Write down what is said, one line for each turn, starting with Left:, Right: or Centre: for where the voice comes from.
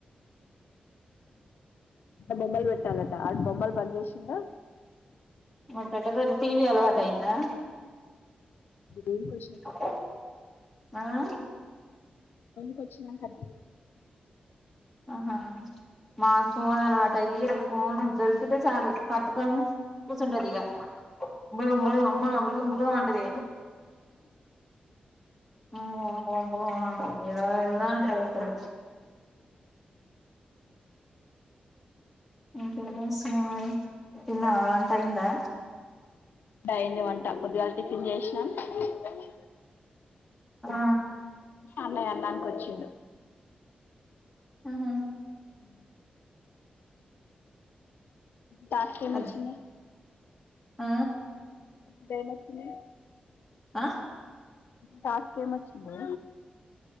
Left: బొమ్మలు పెట్టాలాంటా ఆ బొమ్మలు బంద్ చేసిందా
Centre: మరి పెట్టపోయిరు టీవీ అలవాటు అయ్యిందా
Left: రూమ్కి వచ్చినాక
Centre: <inaudible> ఆ
Left: కొచ్చినంక నా
Centre: ఆహా మాకు ఫోన్ అలవాటు ఫోన్ దొరికితే చాలు పటు కూంటదిగా <unintelligible> అంటది <unintelligible> ఇక తిన్నవా వంటైందా
Left: దైంది వంట పొద్దుగా టిఫిన్ చేసిన అ
Centre: ఆ
Left: అన్న వెళ్ళడానికి వచ్చిడు
Centre: ఆహా
Left: ఉ టాస్కేమొచ్చింది
Centre: అది ఆ
Left: దైమచ్చి <unintelligible>
Centre: ఆ
Left: టాస్క్ ఏమొచ్చిందే